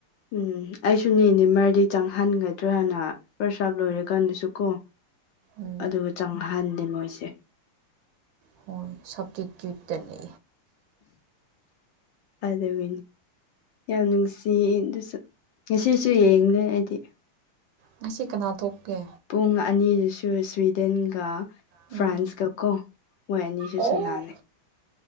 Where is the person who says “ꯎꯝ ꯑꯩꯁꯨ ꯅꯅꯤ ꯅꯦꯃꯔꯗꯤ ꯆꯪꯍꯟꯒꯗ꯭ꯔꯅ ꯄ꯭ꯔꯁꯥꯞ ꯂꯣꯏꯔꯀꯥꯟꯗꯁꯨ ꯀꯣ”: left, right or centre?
Left